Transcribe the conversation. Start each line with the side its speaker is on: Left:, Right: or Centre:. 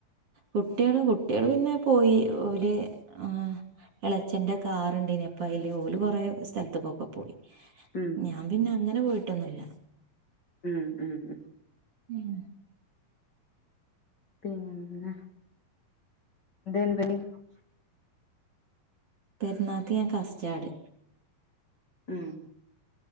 Right: കുട്ട്യേള് കുട്ട്യേള് പിന്നെ പോയി ഓല് ആ എളച്ചന്റെ കാറ്ണ്ടേനി അപ്പ അയ്ല് ഓല് കൊറേ സ്ഥൽത്ത്ക്കൊക്കെ പോയി
Left: ഉം
Right: ഞാൻ പിന്നെ അങ്ങനെ പോയി ട്ടൊന്നുല്ല
Left: ഉം ഉം ഉം
Right: ഉം
Left: പിന്നെ എന്താ എന്തേനുപണി
Right: പെര്ന്നാക്ക് ഞാൻ കസ്റ്റാട്
Left: ഉം